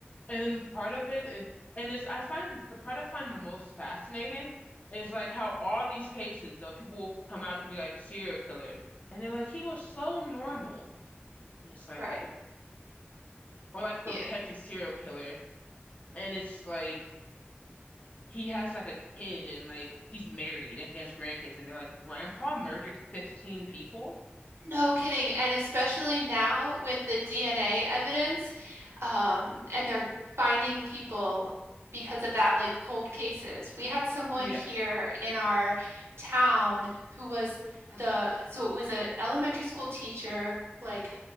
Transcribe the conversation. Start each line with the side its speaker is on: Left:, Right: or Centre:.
Left: And then part of it is, and it's, I find the part I find the most fascinating is like how all these cases, though, people will come out to be like serial killers, and they're like, he was so normal. And it's like,
Right: Right.
Left: or like they'll
Right: Yeah.
Left: catch a serial killer, and it's like, he has like a kid, and like he's married, and he has grandkids, and they're like, Grandpa murdered 15 people?
Right: No kidding. And especially now with the DNA evidence, um, and they're finding people because of that, like cold cases. We had someone
Left: Yeah,
Right: here in our town who was the, so it was an elementary school teacher, like,